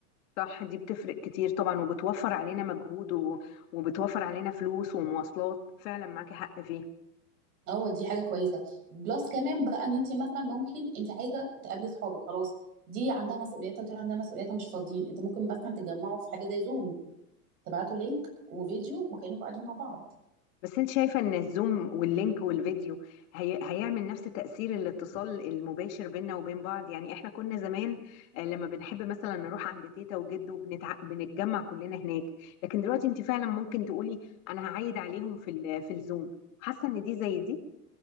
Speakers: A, on the left (about 55°); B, on the right (about 75°).
A: صح دي بتفرق كتير طبعا وبتوفر علينا مجهود و... وبتوفر علينا فلوس ومواصلات فعلا معاكي حق فيه
B: اه دي حاجه كويسه بلس كمان بقى ان انت مثلا ممكن انت عايزه تقابلي صحابك خلاص دي عندها مسؤولياتها ودي عندها مسؤولياتها مش فاضيين انت ممكن مثلا تتجمعوا في حاجه زي زوم تبعتوا لينك وفيديو وكانكم قاعدين مع بعض
A: بس انت شايفة ان الزوم واللينك والفيديو هي... هيعمل نفس تأثير الاتصال المباشر بيننا وبين بعض يعني احنا كنا زمان آه، لما بنحب مثلا نروح عند تيتا وجد وبنتع... بنتجمع كلنا هناك لكن دلوقتي انت فعلا ممكن تقولي انا هعيد عليهم في ال... في الزوم حاسة ان دي زي دي